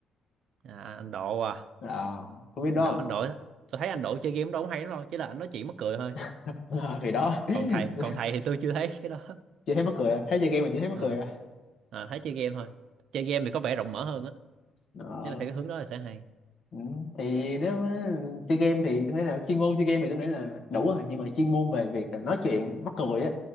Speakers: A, on the right; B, on the left.
A: à, anh Độ à
B: à, có biết đó
A: anh Độ
B: không
A: anh Độ tôi thấy anh Độ chơi game đâu cũng hay lắm đâu chỉ là anh nói chuyện mắc cười thôi
B: <laughs> Ờ, thì đó
A: còn thầy
B: <laughs>
A: còn thầy thì tôi chưa thấy cái đó <laughs>
B: chưa thấy mắc cười à? thấy chơi game mà chưa thấy mắc
A: Ờ,
B: cười à
A: ờ, thấy chơi game thôi chơi game thì có vẻ rộng mở hơn á
B: đó.
A: nếu mà theo cái hướng đó thì sẽ hay
B: Ừ. thì nếu mà chơi game thì tôi nghĩ là chuyên môn chơi game thì tôi nghĩ là đủ rồi nhưng mà chuyên môn về việc là nói chuyện mắc cười á